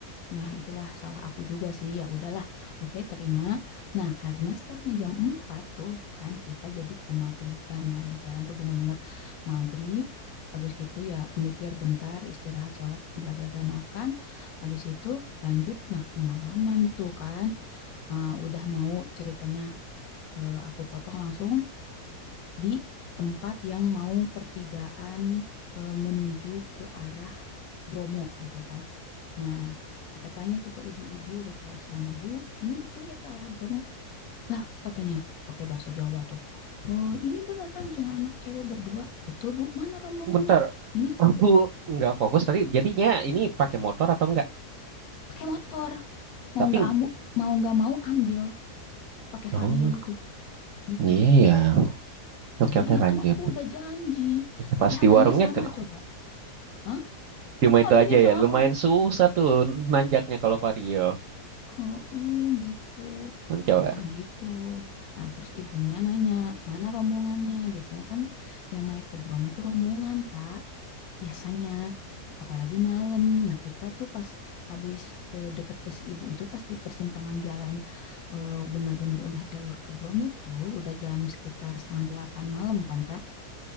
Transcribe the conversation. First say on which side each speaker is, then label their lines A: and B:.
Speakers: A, on the left; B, on the right.
A: Ya, itulah salah aku juga sih. Ya udahlah. Oke, terima. Nah, karena startnya jam 4 tuh kan kita jadi ke maghriban lah di jalan tuh bener-bener maghrib. Habis gitu ya melipir bentar, istirahat, sholat, bla bla bla makan. Habis itu lanjut nah kemalaman tuh kan. Eh, udah mau ceritanya eh, aku potong langsung di tempat yang mau pertigaan eh, menuju ke arah Bromo gitu kan. Nah, kita tanya tuh ke ibu-ibu lokal sana, Bu, ini betul ya ke arah Bromo? Lah, katanya pakai bahasa Jawa tuh. Oh, ini beneran jangan anak cewek berdua. Betul, Bu. Mana rombongannya?
B: Bentar,
A: Ini
B: aku nggak fokus tadi. Jadinya ini pakai motor atau enggak?
A: pakai motor. Mau
B: Tapi
A: nggak ambu, mau nggak mau ambil pakai
B: oh,
A: Vario itu. Gitu.
B: iya ya. Oke
A: Iya,
B: oke lanjut.
A: kan aku udah janji. Tapi
B: Pas di
A: harganya
B: warungnya
A: sama
B: kenal.
A: coba. Hah?
B: Cuma itu
A: Harganya
B: aja
A: sama.
B: ya. Lumayan susah tuh nanjaknya kalau vario.
A: Heeh, gitu.
B: Kan coba.
A: Nah, gitu. Nah, terus ibunya nanya, mana rombongannya? Biasanya kan yang naik ke Bromo tuh rombongan, Kak. Biasanya. Apalagi malam. Nah, kita tuh pas habis eh, deket ke si ibu itu, pas di persimpangan jalan eh, bener-bener udah jalur ke Bromo tuh, udah jam sekitar setengah delapan malam kan, Kak.